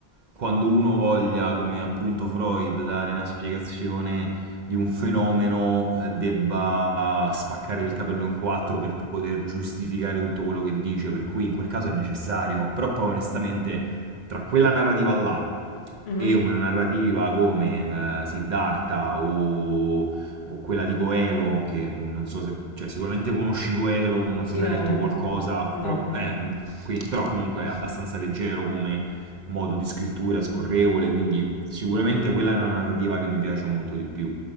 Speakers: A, on the right (about 50°); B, on the left (about 85°).
A: quando uno voglia, come appunto Freud, dare una spiegazione di un fenomeno, eh, debba spaccare il capello in quattro per poter giustificare tutto quello che dice, per cui in quel caso è necessario. Però poi onestamente, tra quella narrativa là
B: Mhm.
A: e una narrativa come eh, Siddhartha o, o quella di Goelo, che non so se, cioè sicuramente conosci Goelo, non so
B: Di
A: se
B: nome?
A: hai letto qualcosa,
B: No.
A: però, eh, mm, qui- però comunque è abbastanza leggero come modo di scrittura, è scorrevole, quindi sicuramente quella è una narrativa che mi piace molto di più.